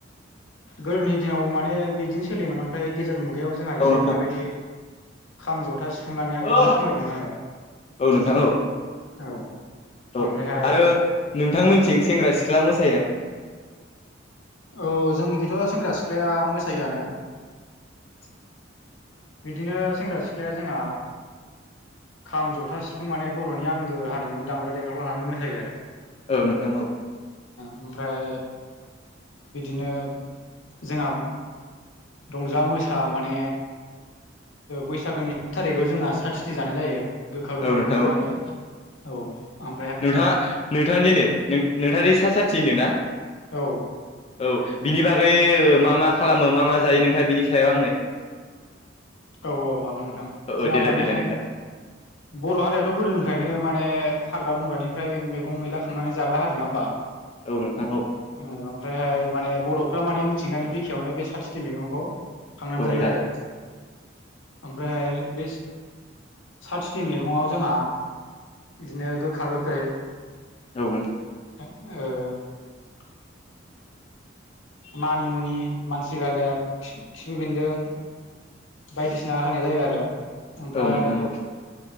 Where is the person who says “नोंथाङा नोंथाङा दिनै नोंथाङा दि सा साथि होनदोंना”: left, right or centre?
Left